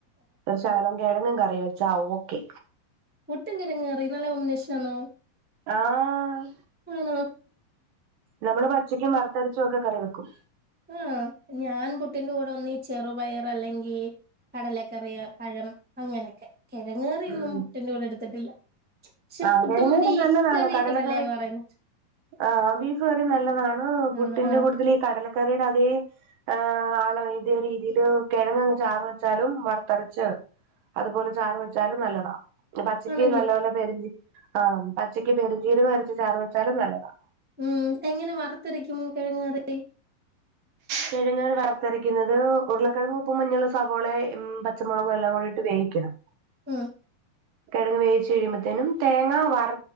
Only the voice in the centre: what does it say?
പുട്ടും കിഴങ്ങ് കറി നല്ല കോമ്പിനേഷൻ ആണോ
ആണോ
ഉം ഞാൻ പുട്ടിന്റെ കൂടെ ഒന്നെങ്കി ചെറുപയർ അല്ലെങ്കി കടലക്കറിയ പഴം അങ്ങനൊക്കെ കിഴങ്ങറിയൊന്നും
പുട്ടിന്റെ കൂടെ എടുത്തിട്ടില്ല പക്ഷെ
പുട്ടും
ബീഫ്
കറിയൊക്കെ
നല്ലയാന്ന് പറയുന്ന
ആന്ന് ആഹ്
ആണല്ലേ
ഉം എങ്ങനെ വറുത്തെരക്കും കിഴങ്ങ് കറി
ഉം